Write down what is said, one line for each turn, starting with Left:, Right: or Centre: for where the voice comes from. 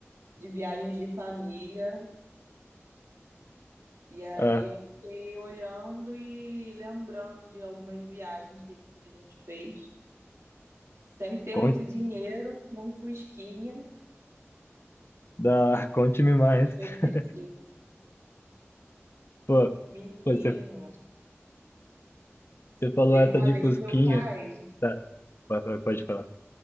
Right: de viagens de família. E aí
Left: Ah,
Right: eu fiquei olhando e lembrando de algumas viagens que a gente fez. Sem ter
Left: conte,
Right: muito dinheiro, num fusquinha,
Left: da, conte-me mais.
Right: mas foi divertido.
Left: <laughs> Pô,
Right: Menino,
Left: pô, você, você falou
Right: teve
Left: essa
Right: uma
Left: de
Right: vez
Left: Fusquinha.
Right: que meu pai
Left: Tá, pode, pode pode falar.